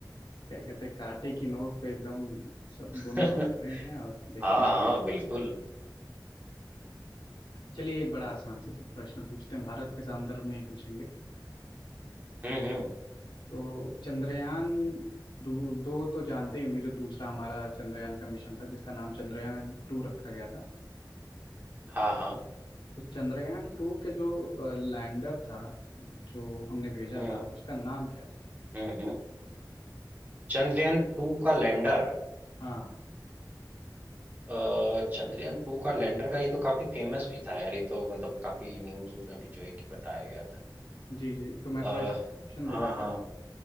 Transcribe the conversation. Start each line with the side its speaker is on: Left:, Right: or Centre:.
Left: क्या कहते हैं कांटे की नोक पे एकदम सब
Right: <laughs>
Left: दोनों लोग खड़े हैं और देखते
Right: हाँ
Left: हैं क्या
Right: हाँ बिल्कुल
Left: होता है। चलिए एक बड़ा आसान से प्रश्न पूछते हैं भारत के संदर्भ में ही पूछेंगे
Right: हम्म हम्म
Left: तो चंद्रयान दो, दो तो जानते ही होंगे जो दूसरा हमारा चंद्रयान का मिशन था जिसका नाम चंद्रयान टू रखा गया था
Right: हाँ हाँ
Left: तो चंद्रयान टू के जो लैंडर था जो हमने भेजा
Right: हम्म
Left: था उसका नाम क्या था
Right: हम्म हम्म। चंद्रयान टू का लैंडर
Left: हाँ
Right: अ, चंद्रयान टू का लैंडर का ये तो काफी फेमस भी था यार ये तो मतलब काफी न्यूज उसमें भी जो है कि बताया गया था
Left: जी जी तो मैं
Right: अ,
Left: थोड़ा इस पर ऑप्शन
Right: हाँ
Left: दे देता
Right: हाँ
Left: हूँ